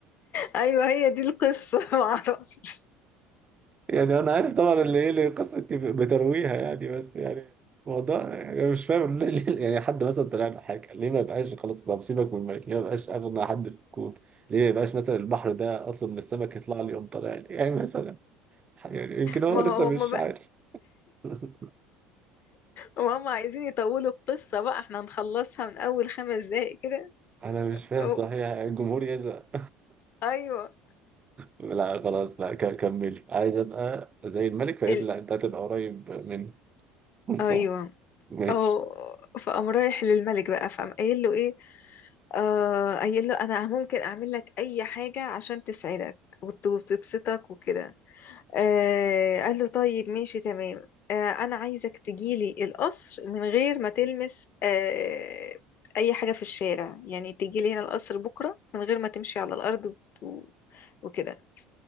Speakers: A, on the left; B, on the right.
A: ايوه هي دي القصه <laughs> معرفش
B: يعني انا عارف طبعا اللي ايه اللي قصة بترويها يعني بس يعني موضوع يعني مش فاهم <laughs> ليه ليه- يعني حد مثلا طلع له حاجه ليه ما يبقاش خلاص طب سيبك من الملك ليه ما يبقاش اغنى حد في الكون ليه ما يبقاش مثلا البحر ده اطلب من السمك يطلع لي يقوم طالع لي يعني مثلا يعني يمكن هو
A: ما
B: لسه
A: هو
B: مش
A: هم
B: عارف <laughs>
A: وهم عايزين يطولوا القصة بقى احنا هنخلصها من أول خمس دقايق كده
B: انا مش فاهم
A: أو
B: صحيح الجمهور يزعل
A: أيوه
B: لا خلاص لا ك- كملي عايز ابقى زي الملك فقالت
A: ال...
B: لي لا انت هتبقى قريب مني <laughs>
A: أيوه
B: صح ماشي
A: أه فقام رايح للملك بقى فقام قايل له إيه آه قايل له أنا ممكن أعمل لك أي حاجة عشان تسعدك وت- وتبسطك وكده آه قال له طيب ماشي تمام آه أنا عايزك تجيلي القصر من غير ما تلمس آه أي حاجة في الشارع يعني تجيلي هنا القصر بكرة من غير ما تمشي على الأرض وت- وكده